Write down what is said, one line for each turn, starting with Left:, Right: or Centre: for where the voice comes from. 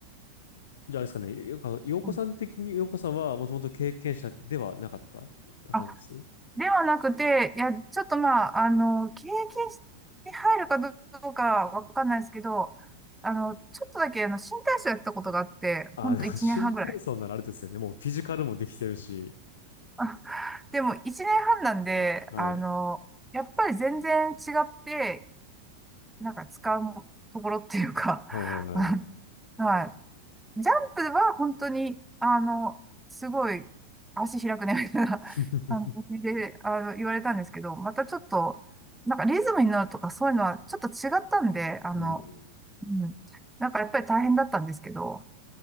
Left: じゃああれですかね。よくあの洋子さん的に洋子さんはもともと経験者ではなかったって感じです。
Centre: うんあ、ではなくて、いや、ちょっとまあ、あの、経験に入るかどうかわかんないですけど、あの、ちょっとだけ、あの、新体操やったことがあって、
Left: ああ、
Centre: ほんと1年半ぐらい。
Left: でも新体操ならあれですよね。もうフィジカルもできてるし。
Centre: <laughs> あでも一年半なんで、
Left: はい。
Centre: あの、やっぱり全然違って、なんか使うところっていうか、
Left: はいはいはいはい。
Centre: <laughs> はい。ジャンプは本当に、あの、すごい足開くね、みたいな
Left: <laughs>
Centre: <laughs> 感じで、あの、言われたんですけど、またちょっと、なんかリズムに乗るとかそういうのはちょっと違ったんで、あの、
Left: うん
Centre: うん。なんかやっぱり大変だったんですけど、